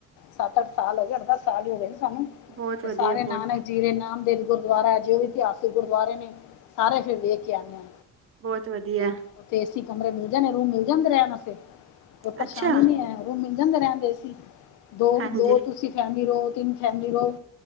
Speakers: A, on the left (about 80°); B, on the right (about 45°).
A: ਸੱਤ ਅੱਠ ਸਾਲ ਹੋ ਗਏ ਅੱਠ ਦਸ ਸਾਲ ਹੀ ਹੋ ਗਏ ਸੀ ਸਾਨੂੰ
B: ਬਹੁਤ
A: ਤੇ
B: ਵਧੀਆ
A: ਸਾਰੇ
B: ਬਹੁਤ
A: ਨਾਨ ਜੀਰੇ ਨਾਮ ਦੇਵ ਗੁਰਦੁਆਰਾ ਹੈ ਜੋ ਵੀ ਇਤਿਹਾਸਿਕ ਗੁਰਦੁਆਰੇ ਨੇ ਸਾਰੇ ਫਿਰ ਵੇਖ ਕੇ ਆਉਂਦੇ ਹ
B: ਬਹੁਤ ਵਧੀਆ।
A: ਉੱਥੇ ਏ ਸੀ ਕਮਰੇ ਮਿਲ ਜਾਣੇ, ਰੂਮ ਮਿਲ ਜਾਂਦੇ ਐ, ਰਹਿਣ ਵਸਤੇ ਕੋਈ ਪਰੇਸ਼ਾਨੀ
B: ਅੱਛਾ
A: ਨੀ ਐ। ਮਿਲ ਜਾਂਦੇ ਰਹਿੰਦੇ ਏਸੀ ਦੋ
B: ਹਾਂਜੀ
A: ਦੋ ਤੁ ਤੁਸੀਂ ਫੈਮ ਰਹੋ ਤਿੰਨ ਫੈਮਲੀ ਰਹੋ,